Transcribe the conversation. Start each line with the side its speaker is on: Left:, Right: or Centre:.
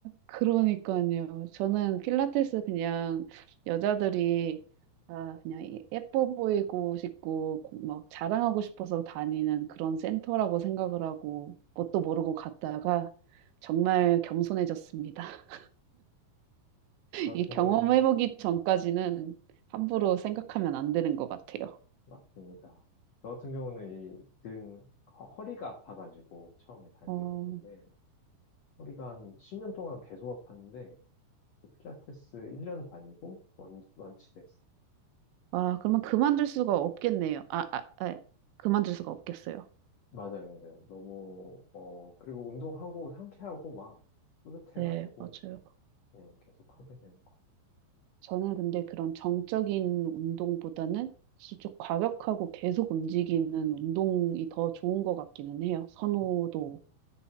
Right: 그러니까요. 저는 필라테스 그냥 여자들이 다 그냥 이- 예뻐 보이고 싶고 고- 막 자랑하고 싶어서 다니는 그런 센터라고 생각을 하고 뭣도 모르고 갔다가 정말 겸손해졌습니다. <laughs>
Left: 저
Right: 이게
Left: 같은
Right: 경험해보기
Left: 경우는
Right: 전까지는 함부로 생각하면 안 되는 것 같아요.
Left: 맞습니다. 저 같은 경우는 이등 허리가 아파가지고 처음에 다니게
Right: 어,
Left: 된 건데 허리가 한 10년 동안 계속 아팠는데 그 필라테스 1년 다니고 완, 완치됐어요.
Right: 아, 그러면 그만둘 수가 없겠네요. 아, 아, 아, 그만둘 수가 없겠어요.
Left: 맞아요, 맞아요. 너무 어 그리고 운동하고 상쾌하고 막 뿌듯해가지고
Right: 네, 맞아요.
Left: 예, 계속 하게 되는 것 같아요.
Right: 저는 근데 그런 정적인 운동보다는 좀 과격하고 계속 움직이는 운동이 더 좋은 것 같기는 해요. 선호도
Left: 음,